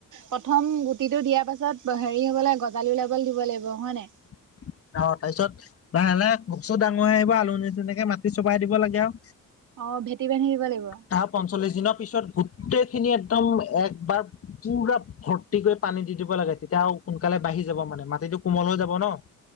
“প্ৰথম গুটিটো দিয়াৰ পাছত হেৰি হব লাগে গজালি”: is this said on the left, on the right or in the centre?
Right